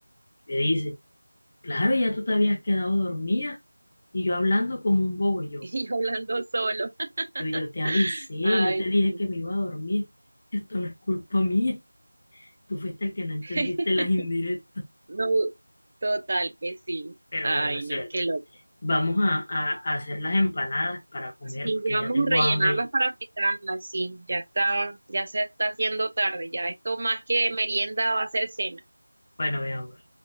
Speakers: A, on the left; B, on the right.
A: Me dice, claro, ya tú te habías quedado dormida y yo hablando como un bobo
B: <laughs>
A: y yo,
B: y yo hablando solo. <laughs>
A: yo, yo te avisé,
B: Ay,
A: yo te dije
B: sí.
A: que me iba a dormir, esto no es culpa mía, tú fuiste el que no entendiste
B: <laughs>
A: las indirectas.
B: no, total que sí.
A: Pero
B: Ay,
A: bueno, cielo,
B: no, qué loco.
A: vamos a, a- a hacer las empanadas para comer
B: Sí,
A: porque
B: ya
A: ya
B: vamos
A: tengo
B: a rellenarlas
A: hambre ya.
B: para fritarlas, sí, ya está, ya se está haciendo tarde, ya esto más que merienda va a ser cena.
A: Bueno, mi amor.